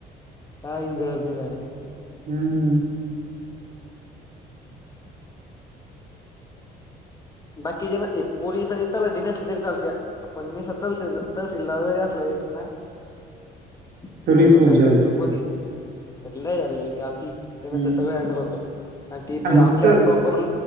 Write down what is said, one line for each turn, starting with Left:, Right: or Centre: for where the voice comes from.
Left: काय गरज नाही डायरेक्ट
Right: हम् ह
Left: <inaudible> बाकी ज ना पोलीस आणि तलाडी नसली तरी चालते पणस त तहसीलद जरी असला एक ना समज
Right: तरी खूप
Left: फॅमिली
Right: झालं
Left: तुम कोणी पगला झालेलं की आत त्यान
Right: हम्म
Left: तर सगळे हँडल होतात आणि तिथे
Right: अर नुसतं
Left: आपल्या प्रॉपर